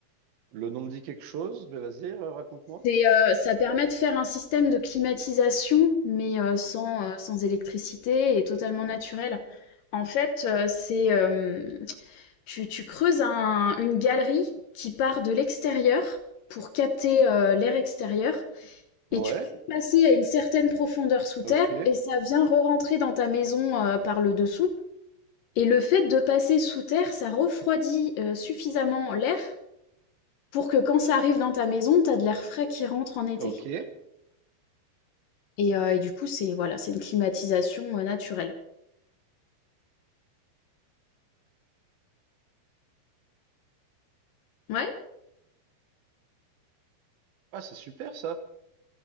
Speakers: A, on the right (about 70°); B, on the left (about 65°).
A: Le nom me dit quelque chose, mais vas-y, euh, raconte-moi.
B: C'est, heu, ça permet de faire un système de climatisation, mais, heu, sans, heu, sans électricité et totalement naturel. En fait, euh, c'est euh, tu, tu creuses un- une galerie qui part de l'extérieur pour capter euh, l'air extérieur
A: Ouais,
B: et tu peux passer à une certaine profondeur sous
A: ok,
B: terre et ça vient re-rentrer dans ta maison euh, par le dessous. Et le fait de passer sous terre, ça refroidit euh, suffisamment l'air pour que quand ça arrive dans ta maison, t'as de l'air frais qui rentre en été.
A: ok.
B: Et, euh, et du coup, c'est voilà, c'est une climatisation euh, naturelle. Ouais.
A: Ah, c'est super ça.